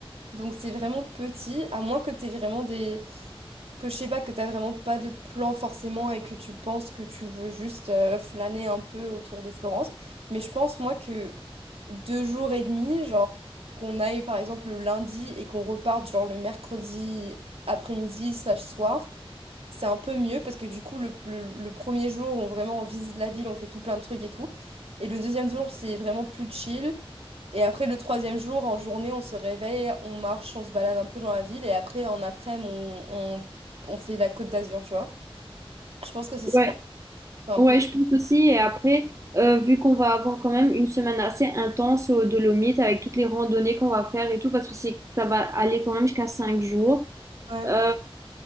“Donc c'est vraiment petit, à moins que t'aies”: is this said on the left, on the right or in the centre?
Right